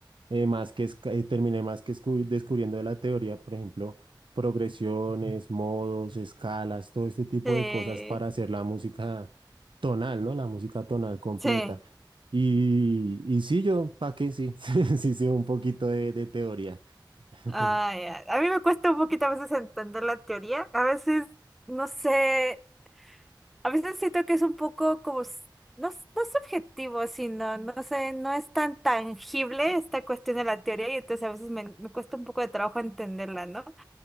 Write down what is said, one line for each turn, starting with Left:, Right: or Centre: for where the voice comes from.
Right: eh, más que es- eh, terminé más que escu- descubriendo de la teoría, por ejemplo, progresiones, modos, escalas, todo este tipo
Centre: Sí,
Right: de cosas para hacer la música tonal, ¿no? La música tonal completa.
Centre: sí.
Right: Y, y sí, yo, ¿para qué? Sí, <laughs> sí, sí, un poquito de, de teoría. <laughs>
Centre: Ah, ya. A mí me cuesta un poquito a veces entender la teoría. A veces, no sé, a veces siento que es un poco como, s- no, s- no subjetivo, sino, no sé, no es tan tangible esta cuestión de la teoría y entonces a veces me, me cuesta un poco de trabajo entenderla, ¿no?